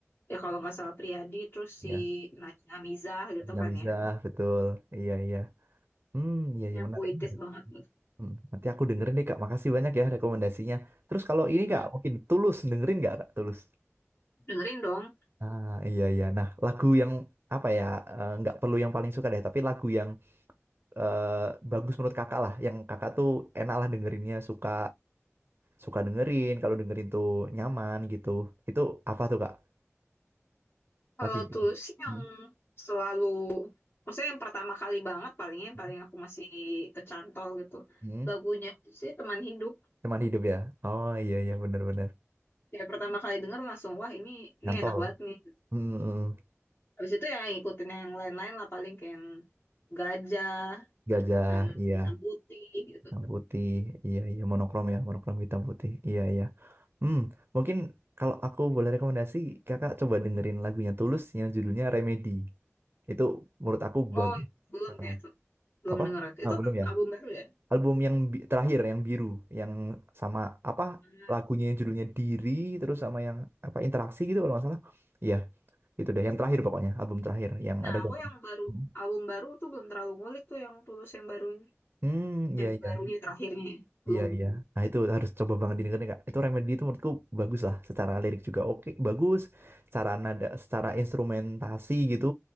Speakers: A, on the left; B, on the right.
A: ya kalau nggak salah Priyadi, terus si
B: ya,
A: Najwa Mizah gitu
B: Nabila
A: kan
B: bisa
A: ya,
B: betul. Iya, iya. Hmm, iya, iya
A: yang
B: menarik.
A: puitis
B: menarik.
A: banget gitu.
B: Hmm, nanti aku dengerin deh, Kak. Makasih banyak ya rekomendasinya. Terus kalau ini,
A: Hmm,
B: Kak, mungkin Tulus dengerin nggak, Kak? Tulus.
A: dengerin dong.
B: Ah, iya, iya. Nah, lagu yang apa ya? eh, Nggak perlu yang paling suka deh, tapi lagu yang eh, bagus menurut Kakak lah, yang Kakak tuh enak lah dengerinnya, suka suka dengerin. Kalau dengerin tuh nyaman gitu. Itu apa tuh, Kak?
A: Kalau
B: Lagunya?
A: tulus sih yang
B: Hmm?
A: selalu, maksudnya yang pertama kali banget palingnya yang
B: Hmm?
A: paling aku masih kecantol gitu.
B: hmm.
A: Lagunya sih Teman Hidup.
B: Teman hidup ya? Oh iya iya
A: Mm.
B: benar-benar.
A: Ya pertama kali denger langsung wah ini ini
B: nyantol
A: enak banget nih.
B: Mm, mm, mm.
A: Habis itu ya ngikutin yang lain-lain lah paling kayak yang Gajah,
B: gajah
A: yang
B: iya
A: Hitam Putih gitu.
B: hitam putih iya iya monokrom ya monokrom hitam putih iya iya hmm mungkin kalau aku boleh rekomendasi kakak coba dengerin lagunya Tulus yang judulnya Remedy itu menurut aku bagus
A: Oh belum
B: Heeh.
A: kayak itu, belum
B: apa
A: denger itu.
B: ah
A: Itu
B: belum ya
A: album baru ya?
B: album yang bi- terakhir yang biru yang sama apa
A: Nah,
B: lagunya yang judulnya Diri terus sama yang apa interaksi gitu kalau nggak salah iya itu deh yang terakhir pokoknya album terakhir yang
A: Nah,
B: ada
A: aku
B: gambar.
A: yang baru
B: Hmm,
A: album baru tuh belum terlalu ngulik tuh yang tulus yang barunya,
B: hmm, iya
A: yang
B: iya.
A: barunya terakhirnya ya. belum.
B: Iya iya. Nah itu harus coba banget didengerin Kak. Itu Remedy itu menurutku bagus lah. Secara lirik juga oke, bagus. Secara nada, secara instrumentasi gitu.